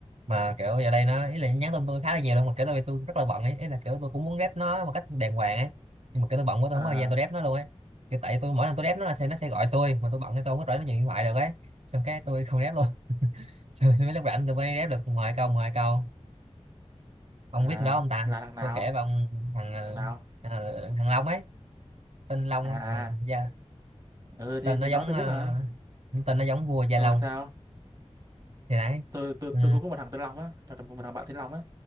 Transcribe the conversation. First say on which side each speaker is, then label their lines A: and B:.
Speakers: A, on the right; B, on the right.
A: mà kiểu giờ đây nó ý là nhắn tin tôi khá là nhiều luôn mà kiểu tôi tôi rất là bận ấy ý là kiểu tôi cũng muốn rep nó một cách đàng hoàng ấy nhưng mà kiểu tôi bận quá tôi
B: À,
A: không có thời gian tôi rep nó luôn ấy kiểu tại tôi mỗi lần tôi rep nó là sẽ nó sẽ gọi tôi mà tôi bận thì tôi không có rảnh nó nhận điện thoại được ấy xong cái tôi không rep luôn <laughs> xong mấy lúc rảnh tôi mới rep được ngoài câu ngoài câu ông
B: à
A: biết con đó không ta
B: là thằng nào?
A: tôi kể với ông thằng ờ,
B: Thằng nào?
A: ờ, thằng Long ấy tên Long
B: À,
A: á. ừ,
B: à.
A: Gia-
B: ừ
A: tên
B: thì thì
A: nó giống
B: nó tôi
A: ờ,
B: biết mà.
A: tên nó giống vua Gia
B: Xong
A: Long
B: rồi sao?
A: thì đấy
B: tôi tôi
A: ừ.
B: tôi cũng có một thằng tên Long á thằng thằng- một thằng bạn tên Long á